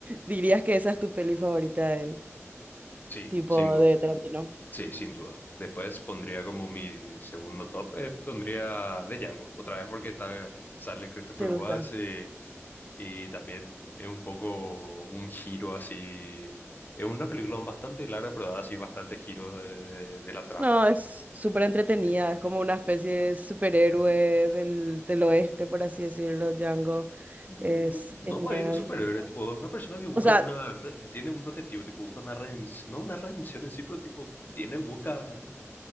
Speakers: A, on the right; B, on the left.
A: dirías que esa es tu peli favorita de él,
B: sí,
A: tipo
B: sin duda.
A: de Tarantino.
B: Sí, sin duda. Después pondría como mi segundo top, eh, pondría de Django, otra vez porque está, sale Christopher
A: ¿Te
B: Waltz
A: gusta?
B: eh, y también es un poco un giro así. Es una película bastante larga, pero da así bastantes giros de, de- de la trama.
A: No, es súper entretenida,
B: Eh,
A: es como una especie de superhéroe
B: ujú.
A: del, del oeste, por así decirlo, Django.
B: No,
A: Es
B: no
A: genial.
B: más bien un superhéroe,
A: tipo.
B: tipo una persona que busca
A: O sea,
B: una, re- tiene un objetivo, tipo busca una redención, no una redención en sí, pero tipo tiene, busca,